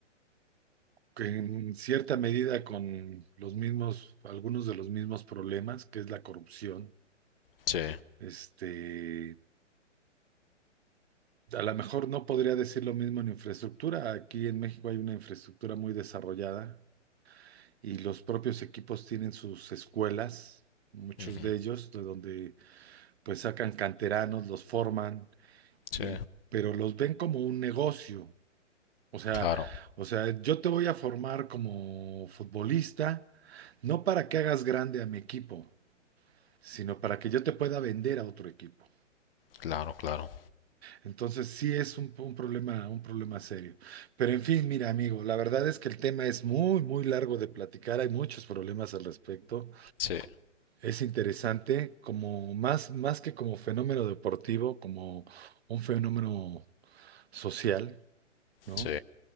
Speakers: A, on the right; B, on the left.
A: que en cierta medida con los mismos, algunos de los mismos problemas, que es la corrupción.
B: Sí.
A: Este, a lo mejor no podría decir lo mismo en infraestructura. Aquí en México hay una infraestructura muy desarrollada y los propios equipos tienen sus escuelas, muchos
B: Uh -huh.
A: de ellos, de donde pues sacan canteranos, los forman,
B: sí.
A: y, pero los ven como un negocio. O sea,
B: Claro,
A: o sea, yo te voy a formar como futbolista, no para que hagas grande a mi equipo, sino para que yo te pueda vender a otro equipo.
B: claro, claro.
A: Entonces sí es un, un problema, un problema serio. Pero en fin, mira, amigo, la verdad es que el tema es muy, muy largo de platicar, hay muchos problemas al respecto.
B: Sí,
A: Es interesante, como más, más que como fenómeno deportivo, como un fenómeno social, ¿no?
B: sí.